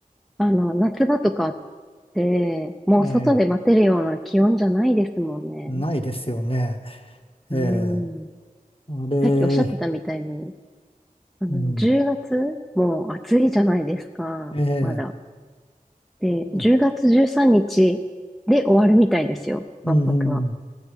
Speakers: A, in the centre; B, on the left.
A: あの、夏場とかで、もう外で待てるような気温じゃないですもんね。
B: ええないですよね。
A: うん。
B: ええ、あれ、
A: さっきおっしゃってたみたいに、あの、
B: うん、
A: 10月もう暑いじゃないですか、
B: ええ、
A: まだ。で、
B: う
A: 10月13日で終わるみたいですよ、万博は。
B: ん、う